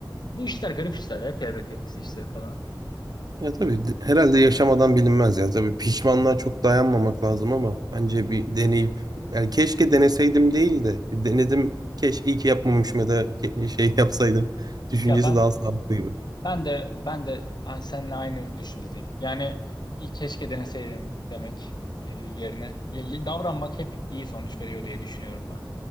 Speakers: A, on the left (about 60°); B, on the right (about 55°).
A: bu işler garip işler ya kelebek etkisi işleri falan.
B: Ya tabii de- herhalde yaşamadan bilinmez ya. Tabii pişmanlığa çok dayanmamak lazım ama bence bir deneyip yani keşke deneseydim değil de denedim keşke iyi ki yapmamışım ya da ke- şey <laughs> yapsaydım düşüncesi
A: Ya ben
B: daha sağlıklı gibi.
A: Ben de ben de ay- seninle aynı düşüncedeyim. Yani iyi keşke deneseydim demek e, yerine ya- ya- davranmak hep iyi sonuç veriyor diye düşünüyorum ben.